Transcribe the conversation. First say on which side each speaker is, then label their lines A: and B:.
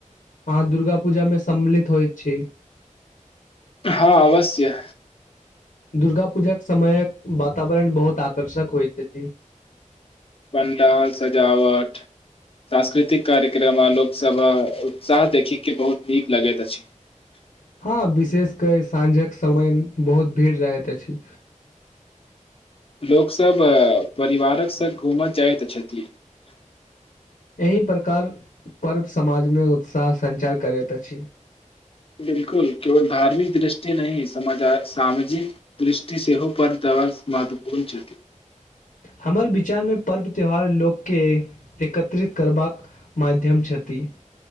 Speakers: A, on the left (about 80°); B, on the left (about 45°).
A: अहाँ दुर्गा पूजामे सम्मिलित होइत छी
B: हँ अवश्य
A: दुर्गा पूजाक समयक वातावरण बहुत आकर्षक होइत अछि
B: पंडाल सजावट सांस्कृतिक कार्यक्रम आ लोकसभ उत्साह देखे बहुत नीक लगैत अछि
A: हँ विशेष कय साँझक समय बहुत भीड़ रहैत अछि
B: लोकसभ परिवारक संग घूमय जाइत छथि
A: एहि प्रकार पर्व समाजमे उत्साह संचार करैत अछि
B: बिलकुल केवल धार्मिक दृष्टि नहि सामजा सामजिक दृष्टि सेहो पर्व त' महत्वपूर्ण छथि
A: हमर विचारमे पर्व त्यौहार लोककेँ एकत्रित करबाक माध्यम छथि